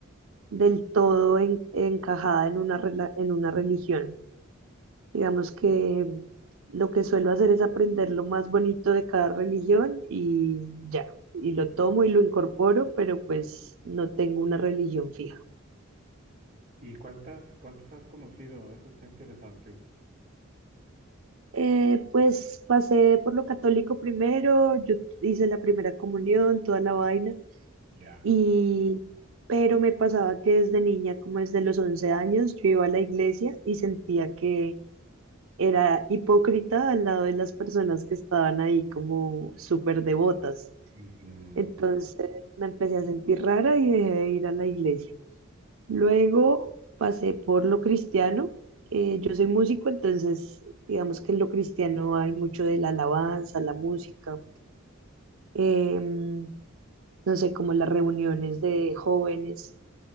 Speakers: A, on the right; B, on the right.
A: del todo en- encajada en una, rela- en una religión. Digamos que lo que suelo hacer es aprender lo más bonito de cada religión y ya, y lo tomo y lo incorporo, pero pues no tengo una religión fija.
B: ¿Y cuántas, cuántas has conocido? Eso está interesante.
A: Eh, pues pasé por lo católico primero, yo hice la primera comunión, toda la vaina,
B: Ya.
A: y pero me pasaba que desde niña, como desde los 11 años, yo iba a la iglesia y sentía que era hipócrita al lado de las personas que estaban ahí como súper devotas.
B: Ujú.
A: Entonces me empecé a sentir rara y dejé de ir a la iglesia. Luego pasé por lo cristiano. eh, yo soy músico, entonces digamos que en lo cristiano hay mucho de la alabanza, la música, em, no sé, como las reuniones de jóvenes.